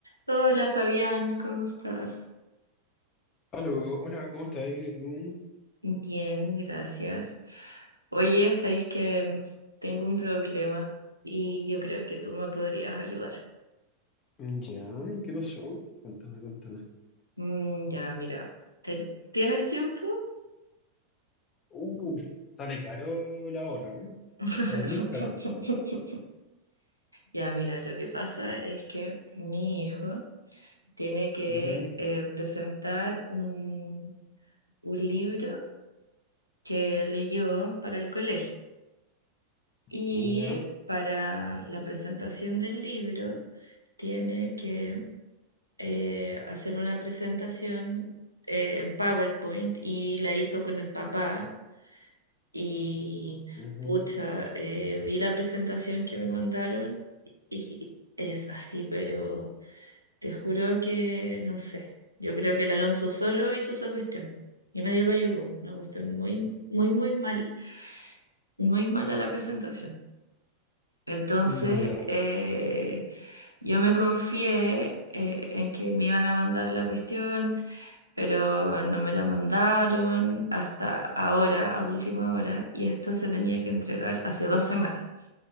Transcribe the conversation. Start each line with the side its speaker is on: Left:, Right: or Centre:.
Right: Hola Fabián, ¿cómo estás?
Left: Aló, hola, ¿cómo estás? Bien, ¿y tú?
Right: Bien, gracias. Oye, sabéis que tengo un problema y yo creo que tú me podrías ayudar.
Left: Mm, Ya, ¿qué pasó? Cuéntame, cuéntame.
Right: Mm, ya, mira, ¿ten- ¿tienes tiempo?
Left: Uh, sale caro la hora, ¿eh?
Right: <laughs>
Left: Sale muy caro.
Right: Ya, mira, lo que pasa es que mi hijo tiene que
Left: Ujú,
Right: eh, presentar un, un libro que leyó para el colegio. Y
Left: Ya,
Right: para la presentación del libro tiene que eh, hacer una presentación eh, en PowerPoint y la hizo con el papá y
Left: ujú.
Right: pucha, eh, vi la presentación que me mandaron y es así, pero te juro que no sé. Yo creo que el Alonso solo hizo esa cuestión y nadie lo ayudó. Una cuestión muy, muy, muy mal, muy mala la presentación. Entonces,
Left: Mm, Ya,
Right: eh, yo me confié eh, en que me iban a mandar la cuestión, pero no me la mandaron hasta ahora, a última hora, y esto se tenía que entregar hace dos semanas.